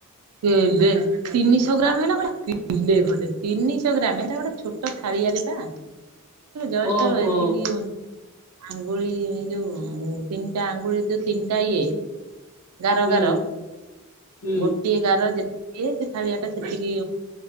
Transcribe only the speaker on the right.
ଏବେ ତିନିଶହ ଗ୍ରାମ
ହେଲା କହିଲା କି ଦେଖଣ୍ଡେ ତିନିଶହ ଗ୍ରାମ ହେଟା ଗୋଟେ ଛୋଟ ଥାଳିଆରେପା
ଜଷ୍ଟ ଏତିକି ଆଙ୍ଗୁଳି ଏଯୋଉ ତିନିଟା ଆଙ୍ଗୁଳି ଯୋଉ ତିନିଟା ଇଏ ଗାର
ଗାର
ଗୋଟିଏ ଗାର ଯେତିକି ସେ ଥାାଳିଆଟା ସେତିକି